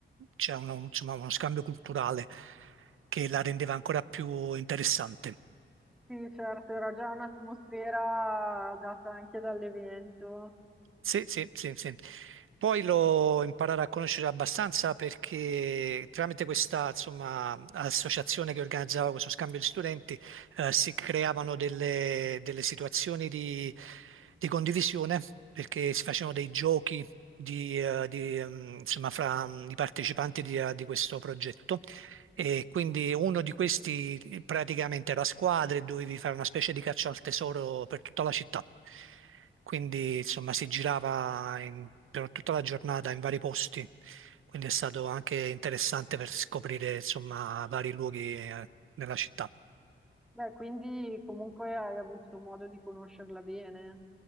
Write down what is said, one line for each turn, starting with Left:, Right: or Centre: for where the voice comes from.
Right: c'è uno, insomma, uno scambio culturale che la rendeva ancora più interessante.
Centre: Sì, certo, era già un'atmosfera data anche dall'evento.
Right: Sì, sì, sì, sì. Poi lo imparare a conoscere abbastanza perché tramite questa, insomma, associazione che organizzava questo scambio di studenti, eh, si creavano delle, delle situazioni di, di condivisione perché si facevano dei giochi di, eh, di, ehm, insomma, fra mm, i partecipanti di, eh, di questo progetto e quindi uno di questi praticamente era a squadre e dovevi fare una specie di caccia al tesoro per tutta la città. Quindi insomma si girava in- per tutta la giornata in vari posti. Quindi è stato anche interessante per scoprire insomma vari luoghi eh, nella città.
Centre: Beh, quindi comunque hai avuto modo di conoscerla bene.